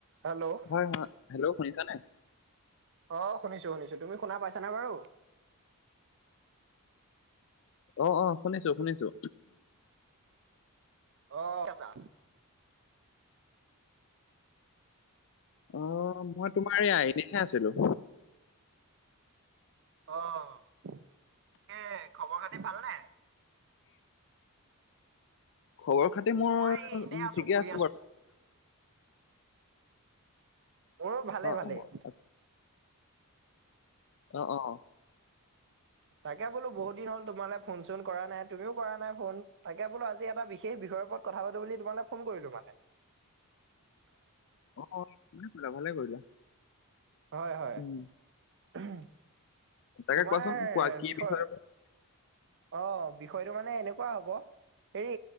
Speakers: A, on the right; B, on the left.
A: হেল্ল'
B: হয়, হয়, হেল্ল' শুনিছানে?
A: অ, শুনিছো শুনিছো, তুমি শুনা পাইছানে বাৰু?
B: অঁ, অঁ শুনিছো শুনিছো।
A: অঁ! কেইচা
B: অ, মই তোমাৰ এইয়া এনেইহে আছিলো।
A: অহ, তাকে খবৰ খাতি ভালনে?
B: খবৰ-খাতি মোৰ
A: মই
B: ঠিকেই
A: এনেই শুই
B: আছো বাৰু।
A: মোৰ ভালে,
B: অ
A: ভালেই।
B: অ আচ্ছা, অঁ, অঁ,
A: তাকে বোলো বহুত দিন হ'ল তোমালে ফোন চোন কৰা নাই, তুমিও কৰা নাই ফোন। তাকে বোলো আজি এটা বিশে সেই, বিষয়ৰ ওপৰত কথা পাতো বুলি তোমালে ফোন কৰিলো মানে।
B: অ ভালে কৰিলা, ভালেই কৰিলা।
A: হয়, হয়।
B: উম!
A: উমহু
B: তাকে
A: তোমাৰ
B: কোৱাচোন কোৱা কি
A: বিষয়,
B: বিষয়ে
A: অ বিষয়টো মানে এনেকুৱা হ'ব হেৰি